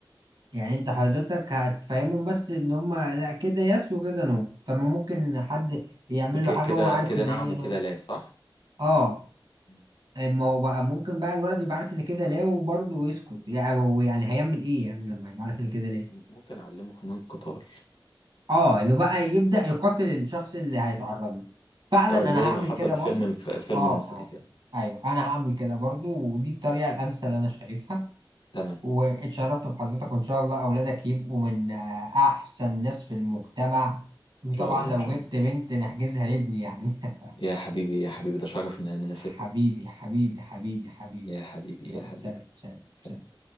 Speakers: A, on the right; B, on the left.
A: يعني انت حضرتك هتفهمهم بس ان هما لا كده يس وكده نو طب ما ممكن حد يعمل
B: ك-
A: له حاجة
B: كده
A: وهو عارف
B: كده
A: ان
B: نعم
A: هي
B: وكده
A: نو
B: لا صح
A: اه
B: مم.
A: ما هو بقى ممكن بقى الولد يبقى عارف ان كده لا وبرضه ويسكت يعني هو يعني هيعمل ايه يعني لما يبقى عارف ان كده ليه
B: ممكن اعلمه فنون القتال
A: اه انه بقى يبدأ يقاتل الشخص اللي هيتعرض له فعلا
B: اه زي
A: انا هعمل
B: ما حصل
A: كده
B: في
A: برضه
B: فيلم في فيلم
A: اه اه
B: مصري كده
A: ايوه انا هعمل كده برضه ودي الطريقة الامثل انا شايفها
B: تمام ان
A: واتشرفت بحضرتك وان شاء الله اولادك يبقوا من آه، احسن ناس في المجتمع وطبعا
B: شاء الله
A: لو
B: ان شاء
A: جبت
B: الله
A: بنت نحجزها لابني يعني <laughs>
B: يا حبيبي يا حبيبي ده شرف ان انا نسيبكم
A: حبيبي حبيبي حبيبي حبيبي
B: يا حبيبي
A: يلا
B: يا حبيبي
A: سلام سلام
B: سلام
A: سلام